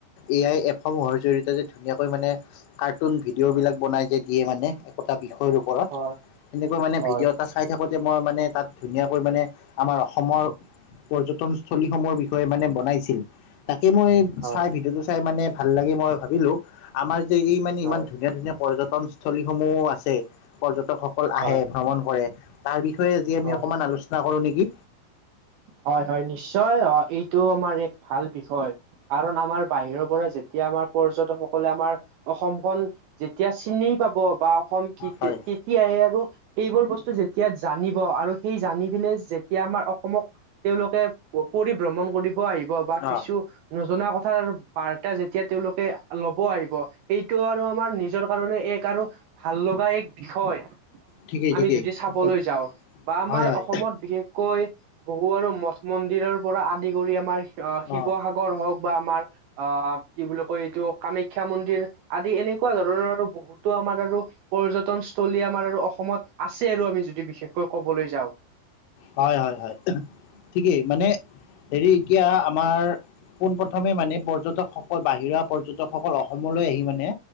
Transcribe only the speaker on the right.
হয়
হয়
হয়
হয়
হয়
হয়
হয়, হয় নিশ্চয়। এইটোও আমাৰ এক ভাল বিষয়। কাৰণ আমাৰ বাহিৰৰ পৰা যেতিয়া আমাৰ পৰ্যটক সকলে আমাৰ অসমখন, যেতিয়া চিনি পাব বা অসম তেতিয়াহে
আৰু এইবোৰ বস্তু যে এতিয়া জানিব আৰু সেই জানি পেলে যেতিয়া আমাৰ অসমক তেওঁলোকে পৰিভ্ৰমণ কৰিব আহিব বা
কিছু নজনা কথাৰ আৰু বাৰ্তা যেতিয়া তেওঁলোকে ল'ব আহিব। সেইটো আৰু আমাৰ নিজৰ কাৰণে এক আৰু ভাল লগা এক বিষয়।
আমি যদি চাবলৈ
যাওঁ বা আমাৰ
অসমত বিশেষ কৈ, বহু আৰু মঠ মন্দিৰৰ পৰা আদি কৰি আমাৰ আহ, শিৱসাগৰ
হওঁক বা আমাৰ আহ কি বুলি কয়? এইটো কামাখ্যা মন্দিৰ আদি এনেকুৱা ধৰণৰ আৰু বহুতো আমাৰ আৰু পৰ্যটনস্থলী আমাৰ আৰু অসমত আছে আৰু আমি যদি বিশেষকৈ কবলৈ যাওঁ।